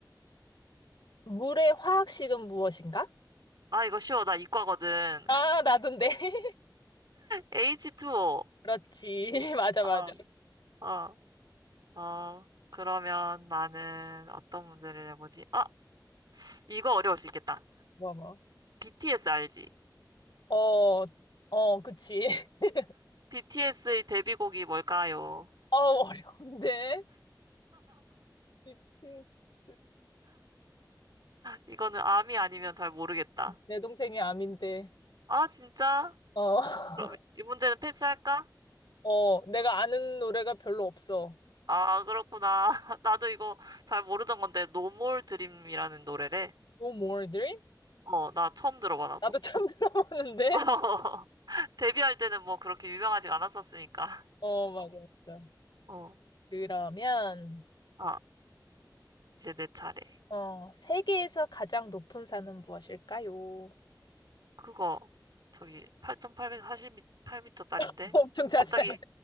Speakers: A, on the left (about 65°); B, on the right (about 65°).
A: 물의 화학식은 무엇인가?
B: 아, 이거 쉬워. 나 이과거든.
A: 아, 나도인데. <laughs>
B: H2O.
A: 그렇지. <laughs> 맞아,
B: 어,
A: 맞아.
B: 어. 어, 그러면 나는 어떤 문제를 내보지? 아, 이거 어려울 수 있겠다.
A: 뭐, 뭐.
B: BTS 알지?
A: 어, 어, 그치. <laughs>
B: BTS의 데뷔곡이 뭘까요?
A: 어, 어려운데. BTS.
B: 이거는 암이 아니면 잘 모르겠다.
A: 내 동생이 암인데.
B: 아, 진짜?
A: 어.
B: 그럼
A: <laughs>
B: 이 문제는 패스할까?
A: 어, 내가 아는 노래가 별로 없어.
B: 아, 그렇구나. <laughs> 나도 이거 잘 모르던 건데, No More Dream이라는 노래래.
A: No More Dream?
B: 어, 나 처음 들어봐, 나도.
A: 나도 처음 <laughs> 들어보는데.
B: <laughs> 데뷔할 때는 뭐 그렇게 유명하지가 않았었으니까.
A: 어, 맞아, 맞아.
B: 어,
A: 그러면,
B: 아, 이제 내 차례.
A: 어, 세계에서 가장 높은 산은 무엇일까요?
B: 그거 저기 8,848m짜린데
A: <laughs> 엄청 자세하
B: 갑자기